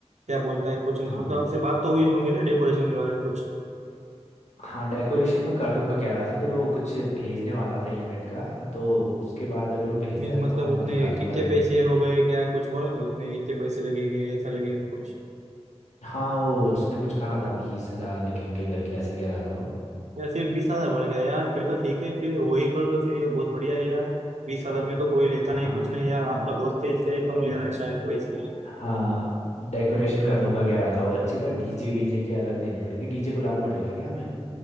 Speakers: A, on the right (about 85°); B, on the left (about 85°).
A: क्या बोलता है कुछ नहीं
B: हाँ
A: मतलब आपसे बात तो हुई होंगी ना डेकोरेशन के बारे में कुछ
B: हाँ डेकोरेशन में कर दूंगा कह रहा था फिर वो कुछ भेजने वाला था इवेंट का तो उसके बाद अगर वो भेजता
A: मीन्स
B: है तो
A: मतलब
B: मैं आपको
A: उसने
B: दिखा दूंगा
A: कितने
B: एक
A: पैसे
B: बार
A: हो गए क्या कुछ बोला क्या उसने इतने पैसे लगेंगे ऐसा लगेगा कुछ
B: हाँ वो उसने कुछ कहा था बीस हजार लगेंगे करके ऐसा कह रहा था वो
A: या सिर्फ बीस हजार बोला क्या यार फिर तो ठीक है फिर वही कर दो फिर ये बहुत बढ़िया है यार बीस हजार में तो कोई लेता
B: हाँ।
A: नहीं कुछ नहीं यार आपका दोस्त है इसलिए कम ले रहा है शायद पैसे
B: हाँ डेकोरेशन कर दूंगा कह रहा था वो अच्छी पर डीजे वीजे के अलग देने पड़ेंगे डीजे बुलाना पड़ेगा क्या हमें